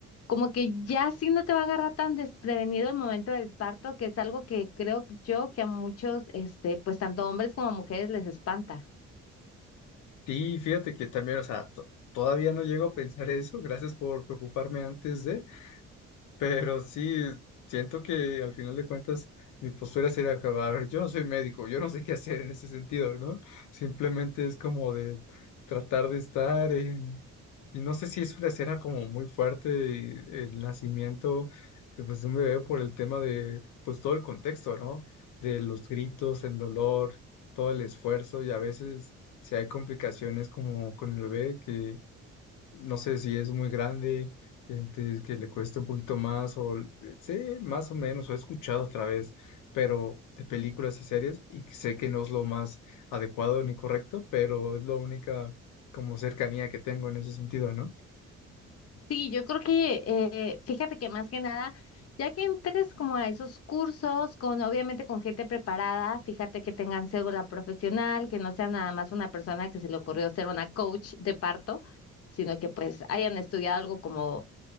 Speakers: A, on the left; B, on the left.
A: Como que ya sí no te va a agarrar tan desprevenido el momento del parto, que es algo que creo yo que a muchos, este, pues tanto hombres como mujeres les espanta.
B: Y fíjate que también, o sea, to- todavía no llego a pensar eso, gracias por preocuparme antes de... Pero sí, siento que al final de cuentas mi postura sería acabar. A ver, yo no soy médico, yo no sé qué hacer en ese sentido, ¿no? Simplemente es como de tratar de estar en... Y no sé si es una escena como muy fuerte y el nacimiento de, pues, de un bebé por el tema de, pues todo el contexto, ¿no? De los gritos, el dolor, todo el esfuerzo y a veces si hay complicaciones como con el bebé que no sé si es muy grande, entonces que le cueste un poquito más, o l- sé más o menos, o he escuchado otra vez, pero de películas y series, y que sé que no es lo más adecuado ni correcto, pero es la única como cercanía que tengo en ese sentido, ¿no?
A: Sí, yo creo que, eh, fíjate que más que nada, ya que entres como a esos cursos, con obviamente con gente preparada, fíjate que tengan cédula profesional, que no sea nada más una persona que se le ocurrió ser una coach de parto, sino que pues hayan estudiado algo como